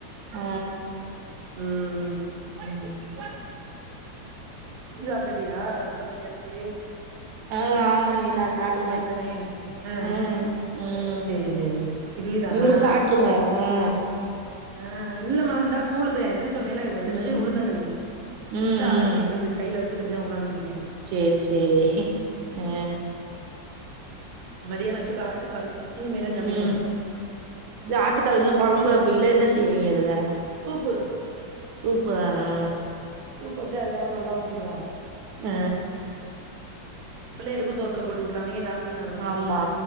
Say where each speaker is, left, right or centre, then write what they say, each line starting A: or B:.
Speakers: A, on the right; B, on the right.
A: அ
B: ம்
A: ம்
B: நீ சாப்டிட்டியா சொன்ன கேப்லே
A: ஆ ஆமா நினாஸ் சாப்டுட்டேன்
B: உனக்கு தானே ஆ
A: ம் ம்
B: சேரி சேரி இட்லி தானா
A: நீங்களு சாப் ட்ருங்க ஆ
B: ஆ இல்லம்மா இந்தா கூலுதே இது சொன்னல இது என்னது
A: ம்
B: உளுந்தங்கழி
A: ம்
B: இந்தா ஆரிக்கிட்டு
A: ம்
B: இருக்கு கையில வச்சிக்கிட்டு தா உக்காந்துருக்கேன்
A: சேரி சேரி அ
B: மதியானத்துக்கு ஆட்டுக்கால் இனிமேதா சமைக்கணு
A: ம் இது ஆட்டுக்கால் இன்னு கொழம்பு வப்பீங்களா என்ன செய்வீங்க இதுல
B: சூப்பு
A: சூப்பா ஆ
B: சூப்பு வச்சா எல்லாரு நல்லா ஊதிக்குவாக
A: அ
B: பிள்ளைகளுக்கு சோத்துல போட்டு ஊட்டலாமே எது ஆல்லனா
A: ஆமா